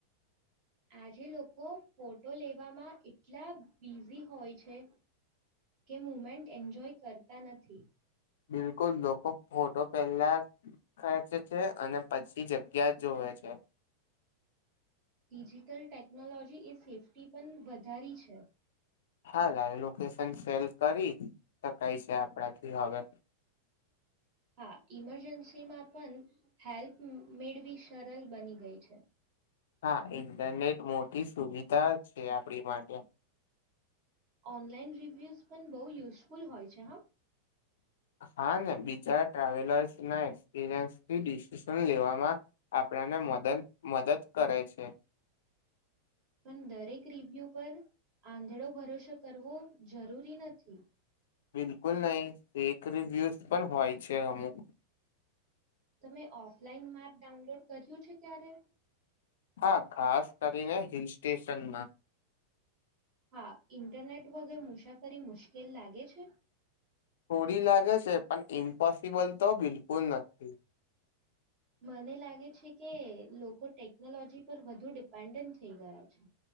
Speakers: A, on the right; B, on the left.
A: આજે લોકો ફોટો લેવામાં એટલા બિઝી હોય છે કે મુમેન્ટ એન્જોય કરતા નથી
B: બિલકુલ લોકો ફોટો પહેલા ખેચે છે અને પછી જગ્યા જોવે છે
A: ડિજિટલ ટેકનોલોજી એ સેફ્ટી પણ વધારી છે
B: હા લાઇવ લોકેશન સેન્ડ કરી શકાય છે આપણાથી હવે
A: હા ઈમરજન્સીમાં પણ હેલ્પ મેળવી સરળ બની ગઈ છે
B: હા ઇન્ટરનેટ મોટી સુવિધા છે આપડી માટે
A: ઓનલાઈન રિવ્યુઝ પણ બહુ યુઝફુલ હોય છે હા
B: હા ને બીજા ટ્રાવેલર્સના એક્સપિરિયન્સથી ડિસિઝન લેવામાં આપણાને મદદ મદદ કરે છે
A: પણ દરેક રિવ્યુ પર આંધળો ભરોસો કરવો જરૂરી નથી
B: બિલકુલ નહીં ફેક રિવ્યૂઝ પણ હોય છે અમુક
A: તમે ઓફલાઈન મેપ ડાઉનલોડ કર્યું છે ક્યારે
B: હા ખાસ કરીને હિલ સ્ટેશનમાં
A: હા ઇન્ટરનેટ વગર મુસાફરી મુશ્કેલ લાગે છે
B: થોડી લાગે છે પણ ઇમ્પોસિબલ તો બિલકુલ નથી
A: મને લાગે છે કે લોકો ટેકનોલોજી પર વધુ ડિપેન્ડન્ટ થઈ ગયા છે